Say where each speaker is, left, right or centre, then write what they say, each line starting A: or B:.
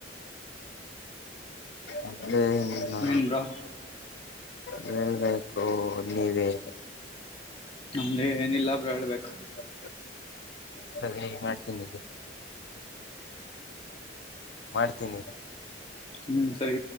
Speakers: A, on the left; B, on the left.
A: ಮತ್ತೆನಿಲ್ಲಾ
B: ಏನ್ ಬ್ರೋ
A: ಹೇಳ್ಬೇಕು ನೀವೇ
B: ನಮ್ದೇ ನಿಲ್ಲಾ ಬ್ರೊ ಹೇಳ್ಬೇಕು.
A: <unintelligible> ಸರಿ ಈಗ ಮಾಡ್ತೀನಿಗ. ಮಾಡ್ತೀನಿ
B: ಹ್ಮ್ ಸರಿ